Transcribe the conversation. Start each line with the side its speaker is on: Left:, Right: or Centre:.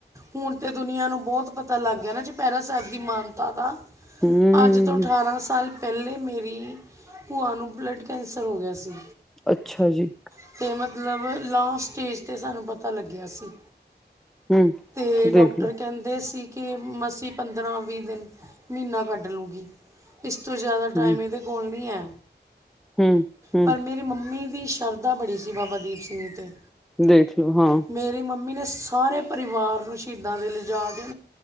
Right: ਹੁਣ ਤਾਂ ਦੁਨੀਆਂ ਨੂੰ ਬਹੁਤ ਪਤਾ ਲੱਗ ਗਿਆ ਨਾ ਚੁਪੈਰਾ ਸੈਬ ਦੀ ਮਾਨਤਾ ਦਾ
Centre: ਹਮ
Right: ਅੱਜ ਤੋਂ ਠਾਰਾਂ ਸਾਲ ਪੈਲੇ ਮੇਰੀ ਭੂਆ ਨੂੰ ਬਲੱਡ ਕੈਂਸਰ ਹੋ ਗਿਆ ਸੀ।
Centre: ਅੱਛਾ ਜੀ।
Right: ਅਤੇ ਮਤਲਬ ਲਾਸਟ ਸਟੇਜ ਤੇ ਸਾਨੂੰ ਪਤਾ ਲੱਗਿਆ ਸੀ।
Centre: ਹਮ
Right: ਤੇ ਡੋਕਟਰ
Centre: ਦੇਖਲੋ
Right: ਕੈਂ ਦੇ ਸੀ ਕਿ ਮਸੀਂ ਪੰਦਰਾਂ ਵੀਹ ਦਿਨ ਮੀਨਾ ਕੱਢ ਲੂੰਗੀ। ਇਸ ਤੋਂ ਜਾਦਾ ਟਾਈਮ
Centre: ਹਮ
Right: ਇਦੇ ਕੋਲ ਨੀ ਐ
Centre: ਹਮ ਹਮ
Right: ਪਰ ਮੇਰੀ ਮੰਮੀ ਦੀ ਸ਼ ਸ਼ਰਧਾ ਬੜੀ ਸੀ ਬਾਬਾ ਦੀਪ ਸਿੰਘ ਜੀ ਤੇ।
Centre: ਦੇਖਲੋ ਹਾਂ।
Right: ਮੇਰੀ ਮੰਮੀ ਨੇ ਸਾਰੇ ਪਰਿਵਾਰ ਨੂੰ ਸ਼ਹੀਦਾਂ ਦੇ ਲਿਜਾ ਕੇ